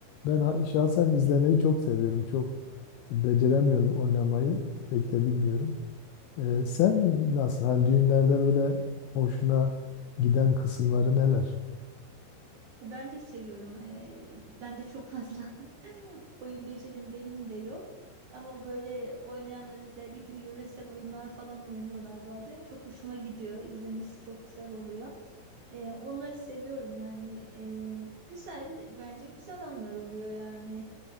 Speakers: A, on the left; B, on the right.
A: Ben ha- şahsen izlemeyi çok seviyorum. Çok beceremiyorum oynamayı. Pek de bilmiyorum. Ee, sen nasıl? Hani düğünlerde böyle hoşuna giden kısımları neler?
B: Ben de seviyorum. e, ben de çok fazla <laughs> oyun becerim benim de yok. Ama böyle oynayanlar özellikle yöresel oyunlar falan oynuyorlar bazen. Çok hoşuma gidiyor. İzlemesi çok güzel oluyor. E, onları seviyorum yani. E, güzel, bence güzel anlar oluyor yani.